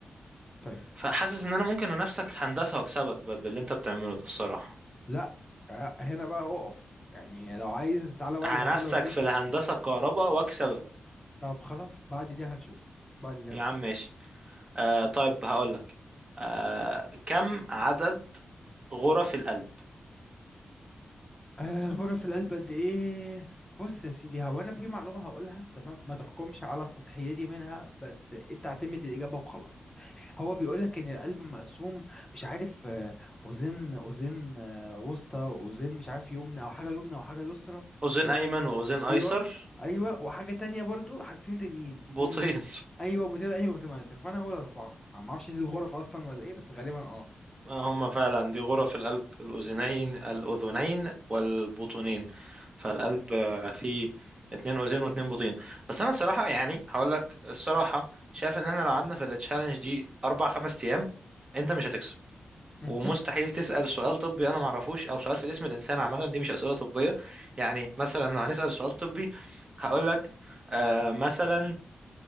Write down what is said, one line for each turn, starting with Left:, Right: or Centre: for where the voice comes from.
Left: طيب
Right: فحاسس ان انا ممكن انافسك هندسة واكسبك ب- باللي انت بتعمله ده الصراحة
Left: لا آه، هنا بقى أقف يعني لو عايز تعالى بعد
Right: هنافسك
Left: ما نخلص دي
Right: في الهندسة الكهرباء واكسبك
Left: طب خلاص بعد دي هنشوف بعد دي
Right: يا
Left: هنشوف
Right: عم ماشي آه طيب هقولك آه كم عدد غرف القلب
Left: آه غرف القلب قد ايه بص يا سيدي هو انا في معلومه هقولها تمام ما تحكمش على سطحيتي منها بس انت اعتمد الاجابه وخلاص هو بيقول لك ان القلب مقسوم مش عارف آه، اوزان اوزان آه، وسطى اوزان مش عارف يمنى او حاجه يمنى وحاجه يسرى
Right: أذين
Left: و...
Right: أيمن وأذين أيسر
Left: ايوه ايوه وحاجه تانية برضو حاجتين تانيين اسمهم
Right: بطين
Left: ايه ايوه بتبقى ايوه بتبقى يسرى فانا هو الاربعه ما اعرفش دي الغرف اصلا ولا ايه بس غالبا اه
Right: آه، هم فعلا دي غرف القلب الأذنين الأذنين والبطنين فالقلب آه، فيه اتنين أذين واتنين بطين بس أنا صراحة يعني هقول لك الصراحة شايف إن إحنا لو قعدنا في التشالنج دي أربع خمس أيام أنت مش هتكسب
Left: <laughs>
Right: ومستحيل تسأل سؤال طبي أنا معرفوش أو سؤال في جسم الإنسان عامة دي مش أسئلة طبية يعني مثلا لو هنسأل سؤال طبي هقول لك آه مثلا